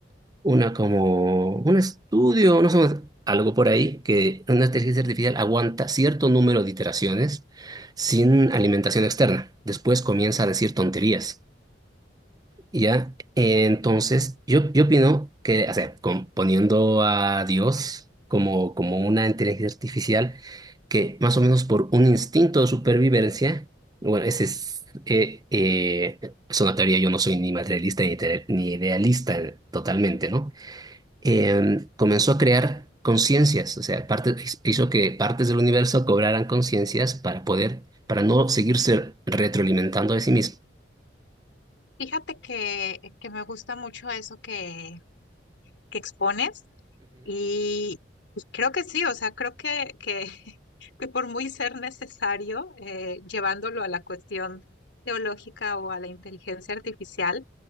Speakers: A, on the right; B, on the left.
A: una como, un estudio, no sé, algo por ahí, que una inteligencia artificial aguanta cierto número de iteraciones sin alimentación externa. Después comienza a decir tonterías. Ya, eh, entonces, yo, yo opino que, o sea, com- poniendo a Dios como, como una inteligencia artificial, que más o menos por un instinto de supervivencia, bueno, ese es, eh, eh, es una teoría, yo no soy ni materialista ni, ide- ni idealista totalmente, ¿no? Eh, comenzó a crear conciencias, o sea, parte- hizo que partes del universo cobraran conciencias para poder, para no seguirse retroalimentando de sí mismo.
B: Fíjate que, que me gusta mucho eso que, que expones y, y creo que sí, o sea, creo que, que, <laughs> que por muy ser necesario, eh, llevándolo a la cuestión teológica o a la inteligencia artificial,